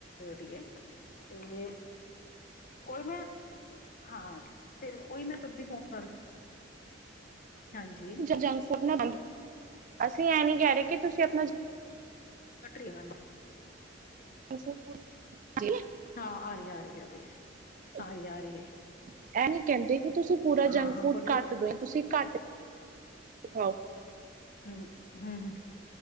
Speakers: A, on the left; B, on the right.
A: ਵਧੀਐ ਤੇ ਓਹੀ ਮੈਂ ਹਾਂ ਤੇ ਉਹੀ ਮੈਂ ਤਦੀ ਫੋਨ ਕਰ ਹਾਂਜੀ
B: ਜੰਕ ਫੂਡ ਨਾ ਬੰਦ ਅਸੀਂ ਇਹ ਨੀ ਕਹਿ ਰਹੇ ਕਿ ਤੁਸੀਂ ਆਪਣਾ
A: ਕਟਰੀ <unintelligible>
B: ਅਛਾ <unintelligible> <inaudible>
A: ਹਾਂ ਆ ਰਹੀ ਆ ਰਹੀ ਆ ਰਹੀ ਹੈ
B: ਇਹ
A: ਆ ਰਹੀ ਆ ਰਹੀ ਹੈ
B: ਨੀ ਕਹਿੰਦੇ ਕਿ ਤੁਸੀਂ ਪੂਰਾ
A: ਹਾਂ
B: ਜੰਕ
A: ਹਾਂ
B: ਫੂਡ
A: ਬੋਲੀਏ
B: ਘੱਟ ਦੋ ਤੁਸੀਂ ਘੱਟ ਸਿਖਾਓ
A: ਹਮ ਹਮ ਹਮ